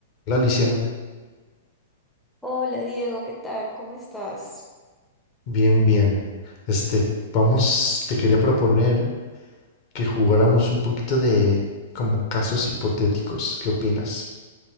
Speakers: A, on the left (about 40°); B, in the centre.
A: Hola Alicia,
B: Hola Diego, ¿qué tal? ¿Cómo estás?
A: bien, bien. Este, vamos, te quería proponer que jugáramos un poquito de como casos hipotéticos. ¿Qué opinas?